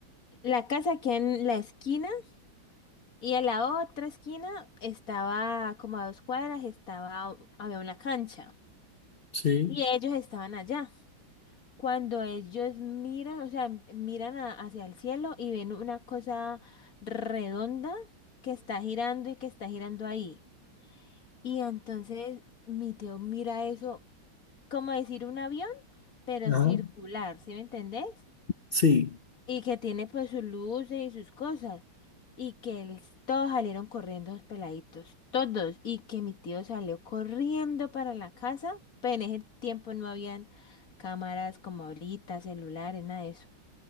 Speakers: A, on the left; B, on the left.
A: La casa queda en la esquina y a la otra esquina estaba como a dos cuadras, estaba, había una cancha
B: sí,
A: y ellos estaban allá. Cuando ellos miran, o sea, miran a- hacia el cielo y ven una cosa redonda que está girando y que está girando ahí. Y entonces mi tío mira eso como decir un avión, pero
B: ajá,
A: circular, ¿sí me entendés?
B: sí,
A: Y que tiene pues sus luces y sus cosas. Y que el- todos salieron corriendo los peladitos, todos. Y que mi tío salió corriendo para la casa, pero en ese tiempo no habían cámaras como ahorita, celulares, nada de eso.